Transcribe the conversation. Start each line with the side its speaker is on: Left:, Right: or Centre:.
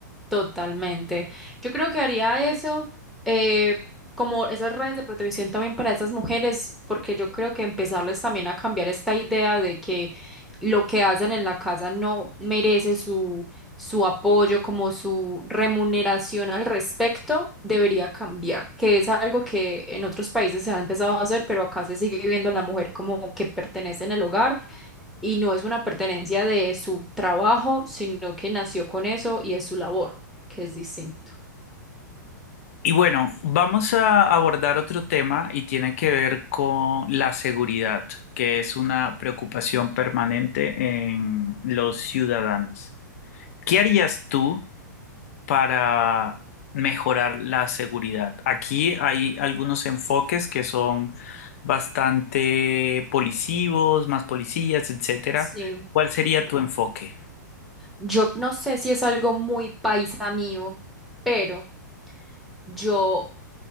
Centre: Totalmente. Yo creo que haría eso, eh, como esas redes de protección también para esas mujeres, porque yo creo que empezarles también a cambiar esta idea de que lo que hacen en la casa no merece su, su apoyo, como su remuneración al respecto, debería cambiar, que es algo que en otros países se ha empezado a hacer, pero acá se sigue viendo a la mujer como que pertenece en el hogar y no es una pertenencia de su trabajo, sino que nació con eso y es su labor, que es distinto.
Left: Y bueno, vamos a abordar otro tema y tiene que ver con la seguridad, que es una preocupación permanente en los ciudadanos. ¿Qué harías tú para mejorar la seguridad? Aquí hay algunos enfoques que son bastante policivos, más policías, etcétera.
Centre: Sí.
Left: ¿Cuál sería tu enfoque?
Centre: Yo no sé si es algo muy paisa mío, pero yo